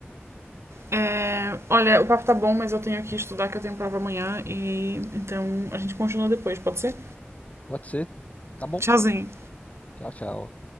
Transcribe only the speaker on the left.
Pode ser? Tá bom.
Tchau, tchau.